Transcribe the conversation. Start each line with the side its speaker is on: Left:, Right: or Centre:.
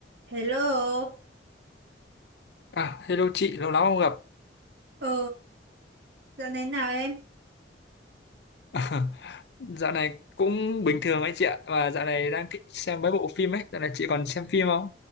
Right: Hello,
Left: À, hello chị, lâu lắm không gặp.
Right: ờ, dạo này nào em?
Left: <laughs> Dạo này cũng bình thường ấy chị ạ, và dạo này đang thích xem mấy bộ phim ấy, dạo này chị còn xem phim không?